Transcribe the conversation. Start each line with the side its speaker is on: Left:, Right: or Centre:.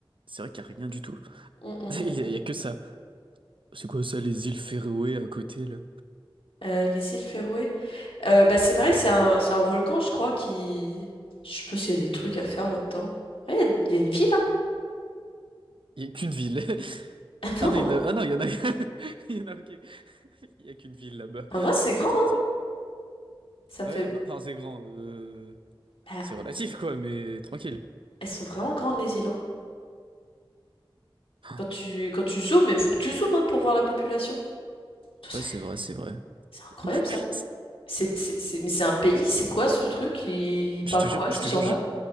Right: C'est vrai qu'il y a rien du tout.
Left: Hum, hum,
Right: <laughs>
Left: hum,
Right: Il
Left: hum.
Right: y a, il y a que ça. C'est quoi ça, les îles Féroé à côté, là?
Left: Euh, les îles Féroé. Euh, bah c'est pareil, c'est un, c'est un volcan, je crois, qui. Je sais pas s'il y a des trucs à faire là-dedans. Ouais, il y a il y a une ville, hein.
Right: Il y a qu'une ville. <laughs>
Left: <laughs>
Right: Ah
Left: Ah
Right: non,
Left: non,
Right: il y en a... Ah non, il y en a... <laughs> Il y en a, ok. Il y a qu'une ville là-bas.
Left: En vrai,
Right: <laughs>
Left: c'est
Right: C'est
Left: grand,
Right: tout petit.
Left: hein. Ça
Right: Ouais,
Left: me fait...
Right: bah, enfin, c'est grand. euh,
Left: Bah,
Right: C'est relatif, quoi, mais tranquille. <gasps>
Left: elles sont vraiment grandes, les îles, hein.
Right: Ah,
Left: Quand tu, quand tu zoomes, il faut que tu zoomes, hein, pour voir la population. C'est
Right: Ouais, c'est vrai, c'est vrai.
Left: c'est
Right: <laughs>
Left: incroyable, ça.
Right: Putain,
Left: C'est, c'est, c'est- Mais c'est un pays, c'est quoi ce truc? Ils
Right: Je
Left: parlent
Right: te jure,
Left: quoi,
Right: je
Left: ces
Right: te
Left: gens-là?
Right: jure, je,